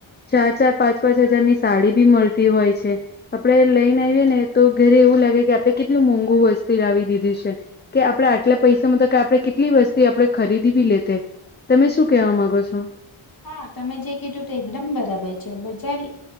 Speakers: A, on the left (about 20°); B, on the left (about 45°).
A: ચાર ચાર પાંચ પાંચ હજાર ની સાડી બી મળતી હોય છે. આપડે લઈને આવીએ ને તો ઘરે એવું લાગે કે આપડે કેટલું મોંઘુ વસ્તી લાવી દીધી છે. કે આપડે આટલા પૈસામાં તો કે આપડણે કેટલી વસ્તી આપડે ખરીદી ભી લેતે તમે શું કેવા માંગો છો.
B: હા તમે જે કીધું તો એકદમ બરાબર છે બજાર.